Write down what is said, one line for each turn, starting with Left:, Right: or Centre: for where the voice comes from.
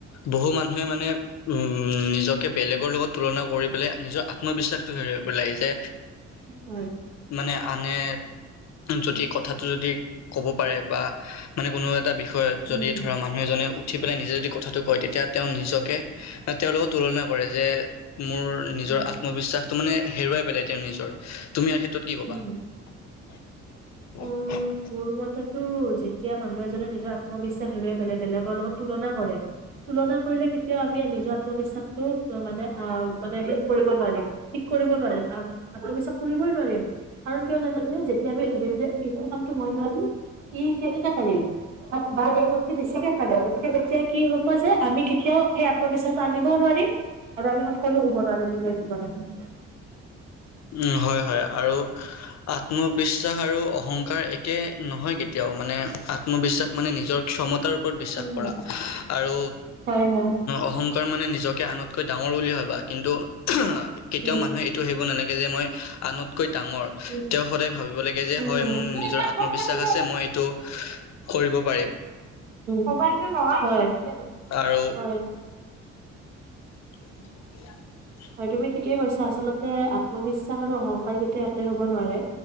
Left: বহু মানুহে মানে উম, নিজকে বেলেগৰ লগত তুলনা কৰি পেলাই নিজৰ আত্মবিশ্বাসটো হেৰুৱাই পেলাই যে
Right: হয়
Left: মানে আনে যদি কথাটো যদি ক'ব পাৰে বা মানে কোনো এটা বিষয়ত
Right: উম,
Left: যদি
Right: উম,
Left: ধৰা মানুহ এজনে উঠি পেলাই নিজে যদি কথাটো কয় তেতিয়া তেওঁ নিজকে তেওঁৰ লগত তুলনা কৰে যে মোৰ, নিজৰ
Right: উম,
Left: আত্মবিশ্বাসটো মানে হেৰুৱাই পেলাই তেওঁৰ নিজৰ, তুমি ইয়াৰ ক্ষেত্ৰত কি ক'বা?
Right: উম,
Left: <inaudible>
Right: উম, মোৰ মতেতো, যেতিয়া মানুহ এজনে নিজৰ আত্মবিশ্বাস হেৰুৱাই পেলায়, বেলেগৰ লগত তুলনা কৰে তুলনা কৰিলে, কেতিয়াও আমি নিজৰ আত্মবিশ্বাসটো মানে, মানে, হ্প কৰিব নোৱাৰিম। ঠিক কৰিব নোৱাৰিম, <unintelligible> কৰিবই নোৱাৰিম। কাৰণ, কিয় জানা যেতিয়া আমি টো কামটো মই নোৱাৰিলোঁ, ই কেনেকে পাৰিল। বা এই মুটকে বেছিকে পাৰে, গতিকে তেতিয়া কি হ'ব যে, আমি কেতিয়াও সেই আত্মবিশ্বাস আনিবও নোৱাৰিম। আৰু আমি সফলো হ'ব নোৱাৰিম, নিজৰ জীৱনত।
Left: উম, হয়, হয়, আৰু আত্মবিশ্বাস আৰু অহংকাৰ একে নহয় কেতিয়াও মানে, আত্মবিশ্বাস মানে নিজৰ ক্ষমতাৰ ওপৰত বিশ্বাস।
Right: উম,
Left: কৰা, আৰু
Right: হয়, হয়।
Left: অহং অহংকাৰ মানে নিজকে, আনতকৈ ডাঙৰ বুলি ভাবা, কিন্তু কেতিয়াও
Right: উম,
Left: মানুহে এইটো ভাবিব নালাগে। এই যে মই আনতকৈ ডাঙৰ।
Right: উম,
Left: তেওঁ সদায় ভাবিব লাগে যে,
Right: উম,
Left: হয়
Right: উম।
Left: মোৰ
Right: তুমি
Left: নিজৰ
Right: এতিয়া
Left: আত্মবিশ্বাস
Right: ফোন মাৰিলে
Left: আছে মই এইটো কৰিব পাৰিম।
Right: মোবাইলতটো নহোৱা, হয়।
Left: আৰু।
Right: হয়
Left: <inaudible>
Right: হয়, তুমি ঠিকেই কৈছা, আচলতে আত্মবিশ্বাস, আৰু অহংকাৰ কেতিয়াও একে হ'ব নোৱাৰে।